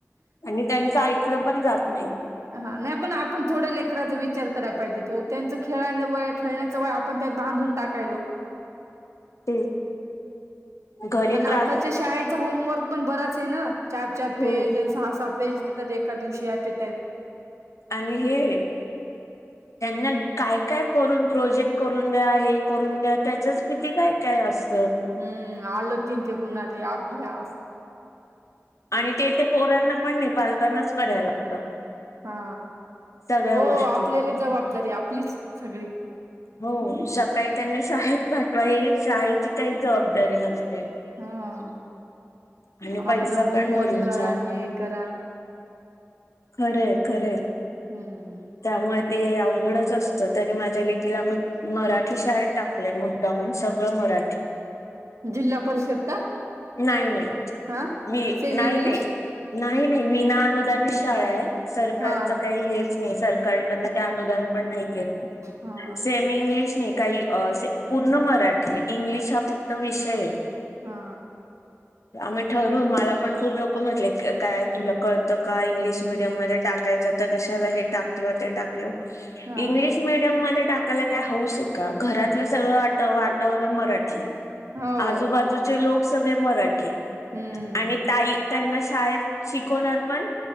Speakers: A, on the left (about 75°); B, on the right (about 70°).
A: आणि त्यांच ऐकलं पण जात नाही
B: हा नाही पण आपण थोड्या लेकराचा विचार करायला पाहिजे हो त्यांच खेळा व खेळण्याच वय आपण त्यात बांधून टाकायलो
A: ते घरी
B: आणि
A: त्रास
B: आताच्या शाळेत होमवर्क पण बराच आहे ना चार चार पेज
A: हो
B: सहा सहा पेज देतात एका दिवशी आजच्या अँट अ टाईम
A: आणि हे त्यांना काय काय करून प्रोजेक्ट करून द्या हे करून द्या त्याचच किती काय काय असत
B: हम्म आलं की ते गुणाल अभ्यास
A: आणि ते त्या पोरांना पण मी पालकांनाच करायला लागतं
B: हा
A: सगळ्या
B: हो
A: गोष्टी
B: आपल्याला जबाबदारी आपलीच सगळी
A: हो सकाळी त्यांनी शाळेत पाठवा ये शाळेची काही जबाबदारी नसते
B: हा
A: आणि पैसा
B: आपलं होमवर्क
A: पण घरूचा
B: करा हे करा
A: खरंय खरंय
B: हम्म
A: त्यामुळे ते अवघडच असत तरी माझ्या लेखीला आम्ही मराठी शाळेत टाकलंय मुद्दामहून सगळं म काठी
B: जिल्हा परिषद का
A: नाही नाही
B: हा
A: मी
B: सेमी
A: नाही
B: इंग्लिश
A: नाही नाही नाही विना अनुदानित शाळा आहे सरकारचं
B: हा
A: काही हेच नाही सर काय काय कडन ते अनुदान पण नाही घेत
B: हा
A: सेमी इंग्लिश ने काही पूर्ण मराठी इंग्लिश हा फक्त विषय
B: हा
A: आम्ही ठरवू मला पण खूप लोक म्हटले काय तुला कळतं का इंग्लिश मीडियम मध्ये टाकायचं तर कशाला हे टाकलं ते टाकल
B: हा
A: इंग्लिश मीडियम मध्ये टाकायला काय हौऊस आहे का घरातलं सगळं वातावरण मराठी
B: हो
A: आजूबाजूचे लोक सगळे मराठी
B: हम्म
A: आणि ताई त्यांना शाळेत शिकवणार पण